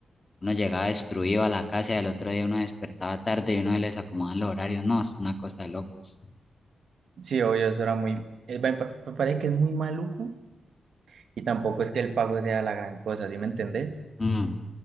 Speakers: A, on the left; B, on the right.
A: Uno llegaba destruido a la casa y al otro día uno despertaba tarde y uno se les acomodaban los horarios. No, es una cosa de locos.
B: Sí, obvio, eso era muy... eh, me pa- me parece que es muy maluco y tampoco es que el pago sea la gran cosa, ¿sí me entendés?
A: Mm,